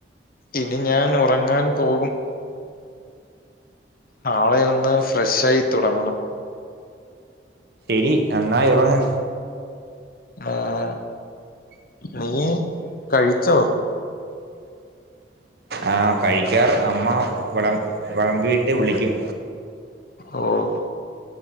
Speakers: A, on the left; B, on the right.
A: ഇനി ഞാനുറങ്ങാൻ പോകും. നാളെയൊന്ന് ഫ്രഷായി തുടങ്ങണം.
B: ശരി നന്നായുറങ്ങ്
A: ആഹ് നീ കഴിച്ചോ?
B: ആഹ് കഴിക്കാർ അമ്മ വിളം വെളമ്പീട്ട് വിളിക്കും.
A: ഓഹ്